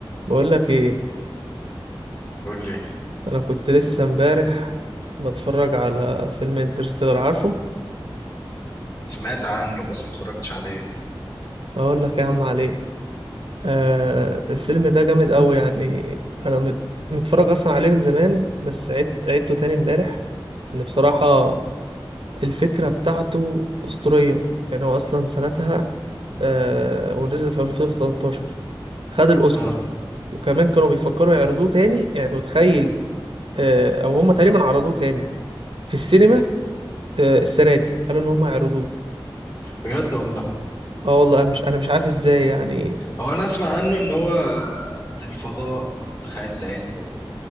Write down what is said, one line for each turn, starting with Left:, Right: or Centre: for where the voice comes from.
Right: بقول لك ايه
Left: قول لي
Right: انا كنت لسه امبارح بتفرج على فيلم انترستيلر عارفه
Left: سمعت عنه بس ما اتفرجتش عليه
Right: اقول لك يا عم عليه آه الفيلم ده جامد قوي يعني انا مت- متفرج اصلا عليه من زمان بس عدت عدته تاني امبارح ان بصراحة الفكرة بتاعته اسطورية يعني هو اصلا سنتها آه ونزل في 2013 خد الاوسكار
Left: اه
Right: وكمان كانوا بيفكروا يعرضوه تاني يعني انت متخيل آه او هم تقريبا عرضوه تاني في السينما آه، السنه دي قالوا ان هم يعرضوه
Left: بجد والله
Right: اه والله مش انا مش عارف ازاي يعني
Left: هو انا اسمع عنه ان هو للفضاء والخيال العلمي وكده